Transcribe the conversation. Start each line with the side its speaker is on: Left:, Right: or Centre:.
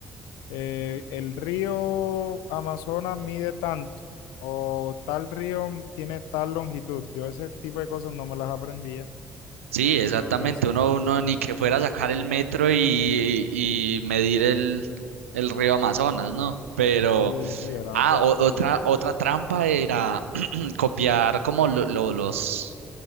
Left: eh, el río Amazonas mide tanto o tal río tiene tal longitud. Yo ese tipo de cosas no me las aprendía.
Right: sí, exactamente.
Left: Entonces,
Right: Uno, uno ni que fuera a sacar el metro y, y medir el, el río Amazonas, ¿no? Pero...
Left: sí, sí, era
Right: Ah,
Left: algo así.
Right: o- otra, otra trampa era <clears throat> copiar como lo- lo- los,